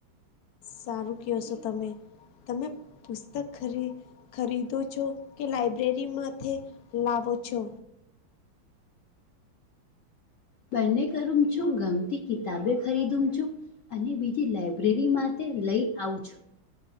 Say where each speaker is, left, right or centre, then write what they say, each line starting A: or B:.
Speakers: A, on the left; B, on the left.
A: સારું કહેશો તમે તમે પુસ્તક ખરી ખરીદો છો? કે લાઈબ્રેરીમાંથી લાવો છો?
B: બંને કરુ છું ગમતી કિતાબે ખરીદુ છું. અને બીજી લાઈબ્રેરી માટે લઈ આવું છું.